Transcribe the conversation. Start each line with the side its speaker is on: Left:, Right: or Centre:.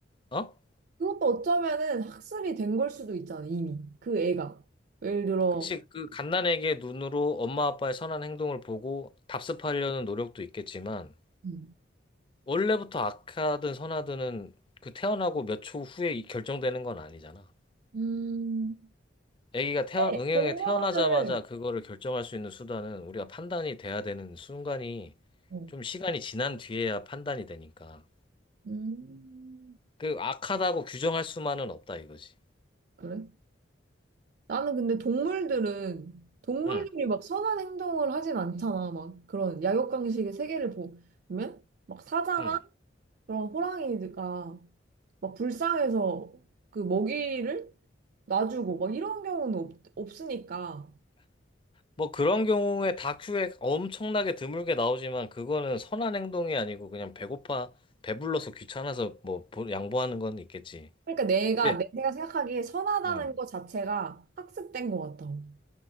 Left: 어?
Right: 그것도 어쩌면은 학습이 된 걸 수도 있잖아, 이미. 그 애가. 예를 들어,
Left: 그치, 그 갓난에게 눈으로 엄마 아빠의 선한 행동을 보고 답습하려는 노력도 있겠지만,
Right: 음.
Left: 원래부터 악하든 선하든은 그 태어나고 몇 초 후에 이- 결정되는 건 아니잖아.
Right: 음,
Left: 아기가 태어,
Right: 데
Left: 응형에
Right: 공부를,
Left: 태어나자마자 그거를 결정할 수 있는 수단은 우리가 판단이 돼야 되는 순간이
Right: 어,
Left: 좀 시간이 지난 뒤에야 판단이 되니까.
Right: 음,
Left: 그 악하다고 규정할 수만은 없다 이거지.
Right: 그래? 나는 근데 동물들은, 동물들이
Left: 응,
Right: 막 선한 행동을 하진 않잖아. 막 그런 약육강식의 세계를 보- 보면, 막 사자나
Left: 응.
Right: 그런 호랑이가 막 불쌍해서 그 먹이를 놔주고 막 이런 경우는 없, 없으니까.
Left: 뭐 그런 경우에 다큐에 엄청나게 드물게 나오지만 그거는 선한 행동이 아니고 그냥 배고파, 배불러서 귀찮아서 뭐 보- 양보하는 건 있겠지.
Right: 그러니까 내가,
Left: 네.
Right: 내- 내가 생각하기에 선하다는
Left: 응.
Right: 것 자체가 학습된 것 같다고.